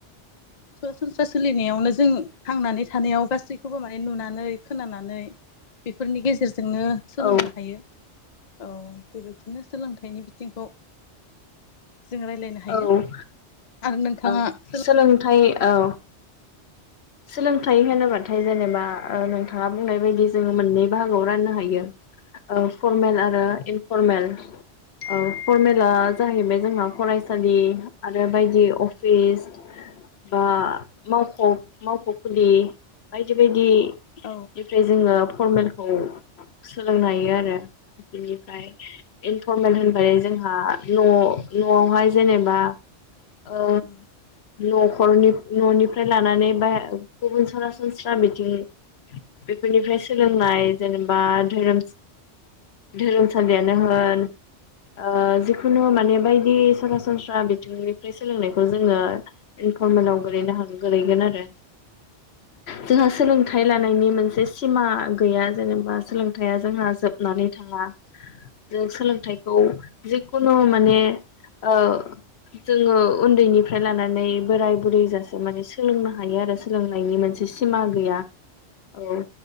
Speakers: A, on the left (about 45°); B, on the left (about 65°).
A: सरासनस्रा सोलिनायावनो जों थांनानै थानायाव गासैखौबो माने नुनानै खोनानानै बेफोरनि गेजेर जोंनो सोलोंनो
B: औ
A: हायो औ बेबायदिनो सोलोंथाइनि बिथिंखौ जों रायलायनो हायो
B: औ
A: आरो नोंथाङा
B: औ
A: सोलों
B: सोलोंथाइ औ सोलोंथाइ होनोबाथाय जेनेबा ओ नोंथाङा बुंनाय बायदि जोङो मोननै बाहागोआव राननो हायो ओ फरमेल आरो इनफरमेल ओ फरमेला जाहैबाय जोंहा फरायसालि आरो बायदि अफिस बा मावख' मावख'खुलि बायदि बायदि
A: औ
B: बेनिफ्राय जोङो फरमेलखौ सोलोंनो हायो आरो इनिफाय इनफरमेल होनोबाय जोंहा न' न'आवहाय जेनेबा ओ
A: औ
B: न'खरनि न'निफ्राय लानानै गुबुन सरासनस्रा बिथिं बेफोरनिफ्राय सोलोंनाय जेनेबा धोरोम धोरोमसालियानो होन ओ जिखुनु माने बायदि सरासनस्रा बिथिंनिफ्राय सोलोंनायखौ जोङो इनफरमेलाव गोलैनो हा गोलैगोन आरो जोंहा सोलोंथाइ लानायनि मोनसे सिमा गैया जेनेबा सोलोंथाइया जोंहा जोबनानै थाङा जों सोलोंथाइखौ जिखुनु माने ओ जोङो उन्दैनिफ्राय लानानै बोराय बुरैजासे माने सोलोंनो हायो आरो सोलोंनायनि मोनसे सिमा गैया औ